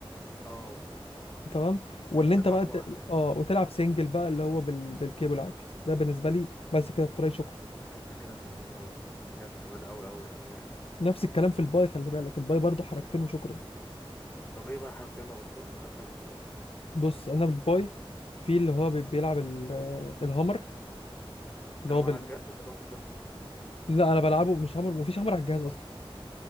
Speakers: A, on the left; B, on the left.
A: اه
B: تمام واللي انت
A: ترفع
B: بقى
A: كوعك
B: ت...
A: كده
B: اه وتلعب سنجل بقى اللي هو بال... بالكيبل عادي ده بالنسبه لي بس كده التراي شكرا
A: انت كده فاهمان قوي انت كده فاهمان قوي قوي قوي يعني
B: نفس الكلام في الباي خلي بالك الباي برضو حركتين وشكرا
A: طب ايه بقى الحركتين لو قلتهم تبقى انت جامد قوي
B: بص انا بالباي في اللي هو بي- بيلعب ال... آه، الهامر اللي
A: الهامر
B: هو بال...
A: على الجد ولا دمبل
B: لا انا بلعبه مش هامر مفيش هامر على الجهاز اصلا